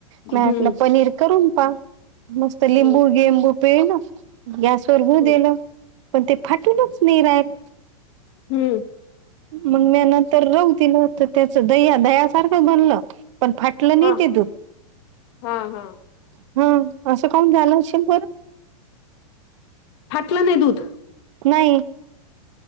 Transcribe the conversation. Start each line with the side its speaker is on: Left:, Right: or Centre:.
Right: मला
Left: हम्म
Right: वाटलं पनीर करून पाहव. मस्त लिंबू
Left: हम्म
Right: गेंबू पेळ ना गॅस वर ब
Left: हम्म
Right: देलं पण ते फाटूनच नाही राहिलं
Left: हम्म.
Right: मग म्या नंतर राहू दिलं तर त्याचं दह्या दह्यासारखं बनलं पण फाट फाटलं नाही
Left: हा
Right: ते दुध
Left: हा हा
Right: <unintelligible> हा असं कावून झालं असेल बर?
Left: फाटलं नाही दूध.
Right: नाही.